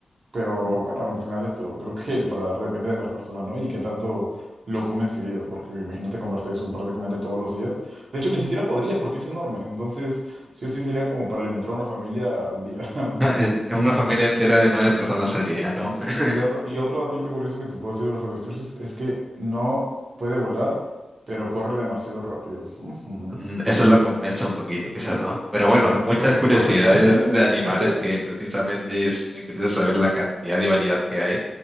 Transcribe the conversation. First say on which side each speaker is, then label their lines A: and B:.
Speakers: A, on the right (about 65°); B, on the right (about 15°).
A: pero
B: Ujú.
A: bueno, al final esto creo que el paladar depende de las personas, ¿no? Y qué tanto lo comen seguido, porque imagínate comerte eso prácticamente todos los días. De hecho, ni siquiera podrías porque es enorme, entonces sí o sí sería como para alimentar a una familia al día. <laughs>
B: En en una
A: No,
B: familia
A: no, no.
B: entera de nueve personas al día, ¿no? <laughs>
A: Y, dato- y otro datito curioso que te puedo decir de los avestruces es que no puede volar, pero corre demasiado rápido. Ujú.
B: Mm, Eso lo compensa un poquito, quizás, ¿no? Pero
A: Sí,
B: bueno,
A: ¿verdad?
B: muchas
A: Para
B: curiosidades
A: correr.
B: de animales
A: <laughs>
B: que precisamente es muy curioso saber la cantidad y variedad que hay.